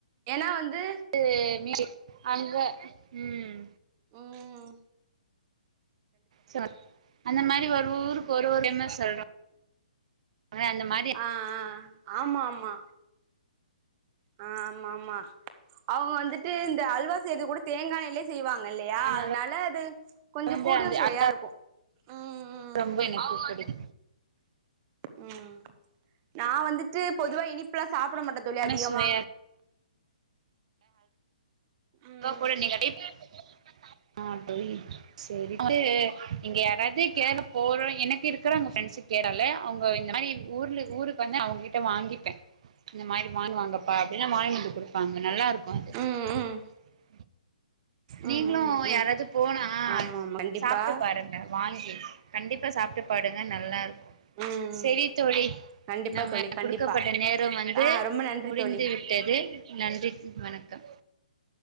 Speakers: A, on the right; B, on the right.
A: ஏன்னா வந்து
B: <unintelligible> அங்க உம்
A: உம்
B: சொல் அந்த மாரி ஒரு ஊருக்கு ஒரு ஒரு ப்மேஸ் சொல்றோ அந்த மாதிரி
A: ஆஹ் அஹ் ஆம்மா ஆம்மா ஆஹ் ஆமாம்மா அவுங்க வந்துட்டு இந்த அல்வா செய்றது கூட தேங்காய் எண்ணெயிலே செய்வாங் ங்க இல்லியா
B: அதனால
A: அதுனால அது கொஞ்ச
B: வந்து
A: கூடுதல்
B: அந்த
A: சுவையா
B: அது
A: இருக்கு ம் ம்
B: ரொம்ப இனிப்பு அவ வந்துட்
A: உம் நா வந்துட்டு பொதுவா இனிப் ஃபுல்லா சாப் புட மாட்ட தோழி
B: எல்லாமே
A: அதிகமா
B: சுவையா
A: ம்
B: <unintelligible> அஹ் தோழி சேரின்டு இங்க யாராவுது <unintelligible> போற எனக் இருக்குறாங்க பெரண்ஸ் கேராள அவுங்க இந்த மாரி ஊர்ல ஊருக்கு வந்து அவுங்கிட்ட வாங்கிப்பே இந்த மாரி வாங்கு வாங்கப்பா அப்பிடின்னா வாங்கினந்து குடுப்பாங்க நல்லா இருக்கு <unintelligible>
A: ம் ம்
B: நீங்ளு
A: ம் ம்
B: யாராவது
A: ம்
B: போனா
A: ஆமா ஆமா கண்டிப்பா
B: சாப்ட்டு பாருங்க வாங்கி கண்டிப்பா சாப்ட்டு பாருங்க நல்லா இருக்கு
A: ம்
B: செரி தோழி
A: கண்டிப்பா
B: நம்ம
A: தோழி கண்டிப்பா
B: குடுக்கப்பட்ட நேரம் வந்து
A: ஆ ரொம்ப நன்றி
B: முடிந்து
A: தோழி
B: விட்டது நன்றி வணக்கம்